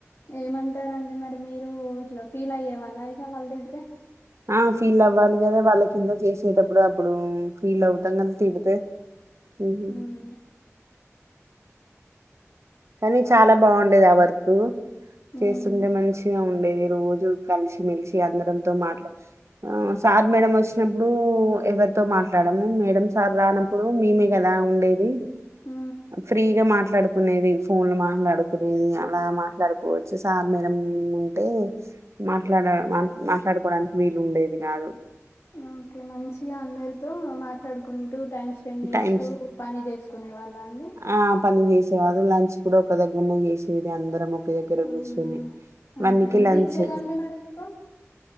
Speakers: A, on the left; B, on the right.
A: ఎం అంటారుఅండి మీరు ఇట్లా ఫీల్ అయ్యేవాళ్ళ ఇక వాళ్ళ తిడితే
B: ఆ ఫీల్ ఆవలి కదా వాళ్ళ కింద చేసేటప్పుడు అప్పుడు ఫీల్ అవుతాం కదా తిడితే ఉమ్,
A: హ్మ్మ్
B: కని చాలా బాగుండేది ఆ వర్క్
A: మ్మ్
B: చేస్తుంటే మంచిగా ఉండేది రోజు కలిసి మెలిచి అందరంతో మాట్లా ఆ సార్ మేడం వచ్చినపుడు ఎవరితో మాట్లాడము మేడం సార్ రానప్పుడు మేమే కదా ఉండేది
A: మ్
B: ఫ్రీగా మాట్లాడుకునేది ఫోన్ లో మాట్లాడుకునేది అలా మాట్లాడుకోవచ్చు సార్ మేడం ఉంటే మాట్లాడ మాట్లాడుకోడానికి వీలు ఉండేది కాదు
A: మ్ ఓకే మంచిగా అందరితో మాట్లాడుకుంటూ టైమ్ స్పెండ్ చేస్తూ
B: టైమ్స్
A: పని చేసు కునే వాళ్ళ అండి
B: ఆ పని చేసాయివారు లంచ్ కూడా ఒక దగ్గరనే చేసేది అందరం ఒకే దగ్గర
A: అవునా
B: కూర్చొని
A: హ
B: వన్
A: హ
B: కి
A: ఎంత
B: లంచ్
A: ఇచ్చేది అండి మరీ మీకు